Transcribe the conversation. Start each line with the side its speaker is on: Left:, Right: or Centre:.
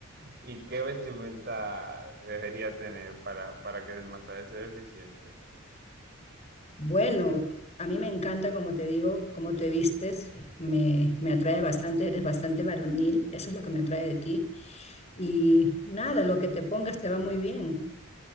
Right: ¿Y qué vestimenta debería tener para, para que el masaje sea eficiente?
Left: Bueno, a mí me encanta, como te digo, cómo te vistes, me, me atrae bastante, eres bastante varonil, eso es lo que me atrae de ti. Y nada, lo que te pongas te va muy bien.